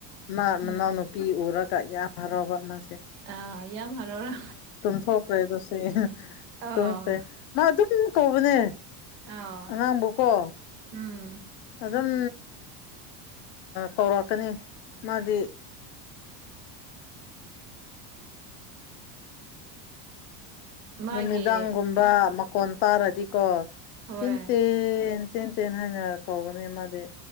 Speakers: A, on the left; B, on the right.
A: ꯃꯥ ꯃꯅꯥꯎ
B: ꯎꯝ
A: ꯅꯨꯨꯄꯤ ꯎꯔꯀ ꯌꯦ ꯌꯥꯝ ꯍꯔꯥꯎꯕ ꯃꯥꯁꯦ
B: ꯑ ꯏ ꯌꯥꯝ ꯍꯔꯔ
A: ꯇꯨꯝꯊꯣꯛꯈ꯭ꯔꯦ ꯑꯗꯨꯁꯨ
B: ꯑꯥ
A: ꯇꯨꯝꯈ꯭ꯔꯦ ꯃꯥ ꯑꯗꯨꯝ ꯀꯧꯕꯅꯦ
B: ꯑꯥ
A: ꯑꯉꯥꯡꯕꯣꯀꯣ
B: ꯎꯝ
A: ꯑꯗꯨꯝ ꯀꯧꯔꯛꯀꯅꯤ ꯃꯥꯗꯤ
B: ꯑꯥ ꯃꯥꯒꯤ
A: ꯅꯨꯃꯤꯗꯥꯡꯒꯨꯝꯕ ꯃꯀꯣꯟ ꯇꯥꯔꯗꯤꯀꯣ
B: ꯍꯣꯏ
A: ꯇꯤꯟꯇꯦꯟ ꯇꯦꯟ ꯇꯦꯟ ꯍꯥꯏꯅ ꯀꯧꯒꯅꯤ ꯃꯥꯗꯤ